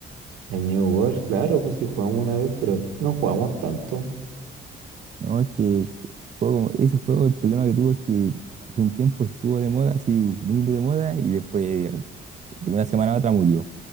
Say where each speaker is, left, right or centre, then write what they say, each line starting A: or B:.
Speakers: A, on the right (about 85°); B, on the right (about 35°).
A: El New World, claro, pues sí jugamos una vez, pero no jugamos tanto.
B: No, es que juego, ese juego, el problema que tuvo es que hace un tiempo estuvo de moda, así muy, muy de moda, y después de una semana a otra murió.